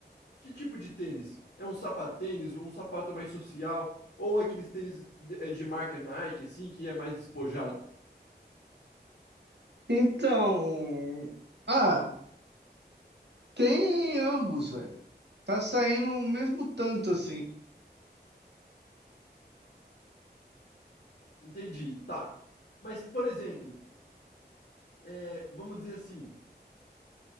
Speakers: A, on the left; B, on the right.
A: Que tipo de tênis? É um sapatênis, um sapato mais social, ou aqueles tênis de, é, de marca Nike, assim, que é mais despojado?
B: então, ah, tem ambos, velho. Tá saindo o mesmo tanto assim.
A: Entendi, tá. Mas, por exemplo, é, vamos dizer assim,